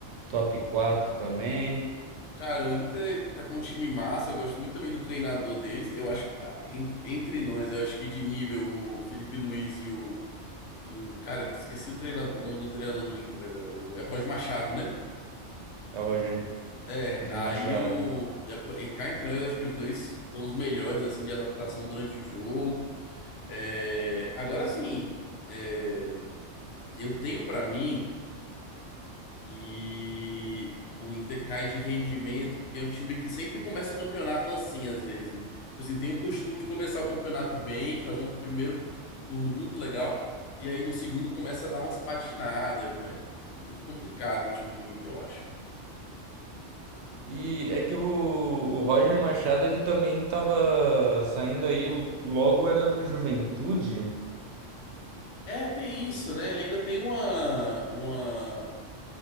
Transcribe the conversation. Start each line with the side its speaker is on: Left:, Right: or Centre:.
Right: top 4 também.
Left: Cara, o Inter tá com um time massa, eu gosto muito também do treinador deles. Eu acho, ah, en- entre nós, eu acho que de nível o Felipe Luiz e o. E o cara, esqueci o treinador, o nome do treinador do Inter agora. o- é o Roger Machado, né?
Right: É o Roger,
Left: É,
Right: Roger
Left: aí
Right: Machado.
Left: o. é, cá entre nós, eu acho que os dois são os melhores, assim, de adaptação durante o jogo. É, agora sim. é, Eu tenho pra mim que o Inter cai de rendimento, porque é um time que sempre começa o campeonato assim, às vezes, né? Tipo assim, tem o costume de começar o campeonato bem, fazer um primeiro turno muito legal, e aí no segundo começa a dar umas patinadas, né? Muito complicado o time do Inter, eu acho.
Right: E é que o, o Roger Machado ele também estava saindo aí, logo era do Juventude.
Left: É, tem isso, né? Ele ainda tem uma, uma,